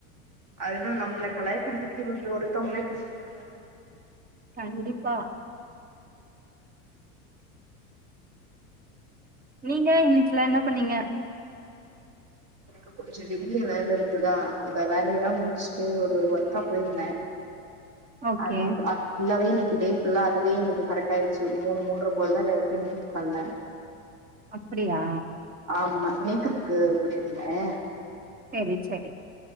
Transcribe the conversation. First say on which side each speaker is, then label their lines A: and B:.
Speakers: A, on the right; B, on the right.
A: அதுதா நம்மள கலாய்கிறதுக்கு இவுங்க ஒருத்தவுங்களே போதுங்க
B: கண்டிப்பா நீங்க இன்னைக் ஃபுல்லா என்ன பண்ணீங்க
A: எனக்கு கொஞ்சோ வெளிய வேல இருக்குதா அந்த வேலை எல்லா முடிச்சுட்டு ஒரு ஒர்க்கா போயிருந்த
B: ஓகே
A: அதுக் அ ஃபுல்லாவே இன்னைக்கு டே ஃபுல்லா அதுவே எனக்கு கரெக்டா ஆயிடுச்சு ஒரு மூணு மூண்ற போல ரிட்டன் வீட்க் வந்த <inaudible>
B: அப்படியா
A: ஆமா மேக்கப்க்கு போயிருந்தே
B: சேரி சேரி